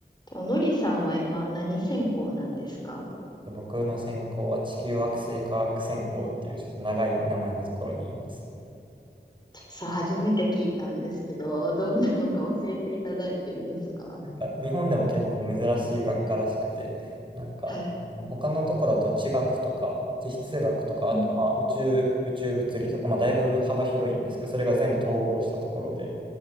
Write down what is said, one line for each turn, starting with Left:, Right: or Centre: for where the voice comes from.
Left: と、のりさんは今何専攻なんですか
Right: 僕の専攻は地球惑星科学専攻っていうちょっと長い名前のところにいますね。
Left: ちょっとさ、初めて聞いたんですけど、どんなのか教えていただいていいですか
Right: なんか日本でも結構珍しい学科らしくて、なんかうん他のとこだと地学とか地質学とか、
Left: はい。うん。
Right: あとまあ宇宙、宇宙物理とか、まあ、だいぶ幅広いんですけど、それが全部統合したところで、